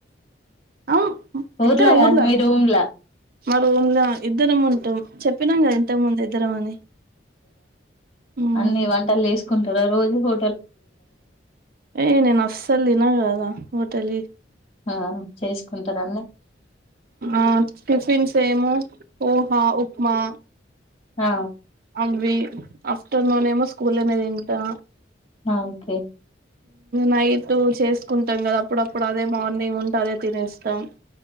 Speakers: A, on the right; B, on the left.
A: అవు
B: ఊర్ల
A: ఎక్కడ
B: కాదు
A: ఊర్లో
B: మీ రూమ్ ల.
A: మా రూమ్ ల ఇద్దరంముంటూ చెప్పినాం. కదా ఇంత ముందు ఇద్దరం అని. ఉమ్
B: అన్నివంటలు చేసుకుంటారా రోజు హో.
A: ఏ నేను అస్సలు తిన కదా హోటల్ యి.
B: ఆ చేసుకుంటారా అన్ని
A: ఆ టిఫిన్స్ ఏమో. పోహ ఉప్మా.
B: ఆ
A: ఇ వి ఆఫ్టర్నూన్ ఏమో స్కూల్ లోనే తింటా.
B: ఆ ఓకే
A: నైట్ చేసుకుంటాం. కదా అప్పుడప్పుడు అదే మార్నింగ్ ఉంటే అదే తినేస్తాం.